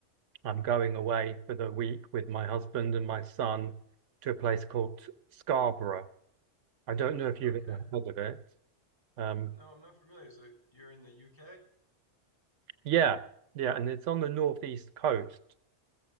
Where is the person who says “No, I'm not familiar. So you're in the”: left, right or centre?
Left